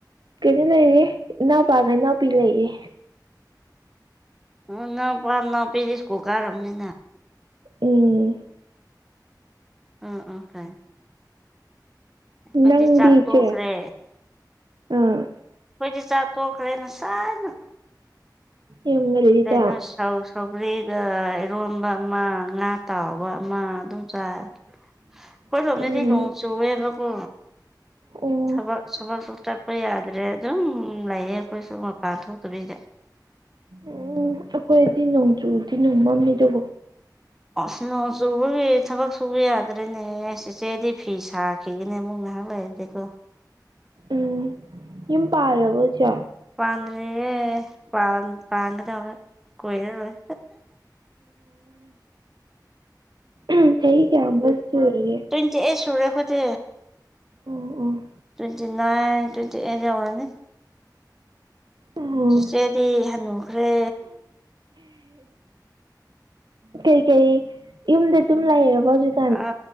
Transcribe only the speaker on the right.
ꯀꯩꯅꯣ ꯂꯩꯔꯤ ꯏꯅꯥꯎꯄꯥꯒ ꯏꯅꯥꯎꯄꯤ ꯂꯩꯔꯦ꯫
ꯎꯝ꯫
ꯅꯪꯗꯤꯆꯦ
ꯑꯥ꯫
ꯌꯥꯝ ꯉꯜꯂꯤꯗ
<inaudible>
ꯎꯝ
ꯑꯣ ꯎꯝ
ꯎꯝ ꯑꯩꯈꯣꯏꯗꯤ ꯅꯣꯡ ꯆꯨꯗꯤꯅꯦ ꯃꯝꯅꯤꯗꯨꯕꯣ
ꯎꯝ ꯌꯨꯝ ꯄꯥꯜꯂꯕꯣ ꯆꯦ
ꯑꯣ ꯆꯍꯤ ꯀꯌꯥꯃꯨꯛ ꯁꯨꯔꯒꯦ
ꯎꯝ ꯎꯝ꯫
ꯑꯣ
ꯀꯩꯀꯩ ꯌꯨꯝꯗ ꯑꯗꯨꯝ ꯂꯩꯔꯕꯣ ꯍꯧꯖꯤꯛ꯫